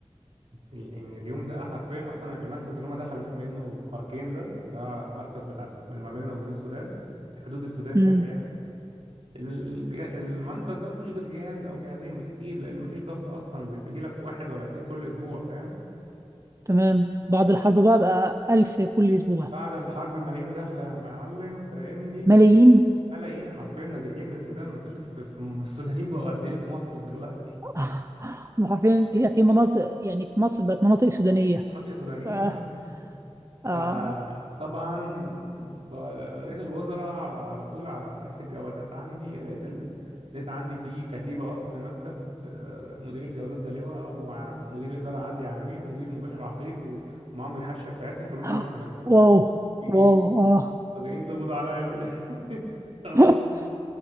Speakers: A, on the right; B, on the right.
A: ال- يعني اليوم ده حرفيا اصلا المنفذ اللي هم دخلوا في- منه في اركين ده ده مرفز بتاع الس- ما بيننا وما بين السودان حدود السودان
B: امم
A: يعني بيعمل الج- المنفذ ده ما فيهوش غير جهاز او جهازين بكتير لان ما فيش ضغط اصلا بي- بيجي لك واحد ولا اتنين كل اسبوع فاهم
B: تمام بعد الحرب بقى بقى ألف كل أسبوع
A: بعد الحرب ملايين داخله يا معلم فاهمني
B: ملايين
A: ملايين حرفيا نازحين من السودان ما انت شوف في- في- السودانيين بقوا قد ايه في مصر دلوقتي
B: <laughs> آه، هم حرفيا في في مناطق يعني في مصر بقت مناطق سودانية
A: مناطق سودانيين
B: آه.
A: حرفيا
B: آه.
A: فطبعا بقى رئيس الوزراء على على طول على رئيس الجوازات عندي لقيت ال... لقيت عندي في كتيبة واقفة في المكتب آه، مدير الجوازات ده لواء ومدير الإدارة عندي عميد ومدير مباشر عقيد و- ومعاهم الحاشية بتاعتهم كلهم
B: آه.
A: عندي في المكتب <laughs>
B: واو
A: في ايه
B: واو
A: انتوا
B: آه
A: جايين تقبضوا عليا ولا ايه <laughs> تمام
B: <laughs>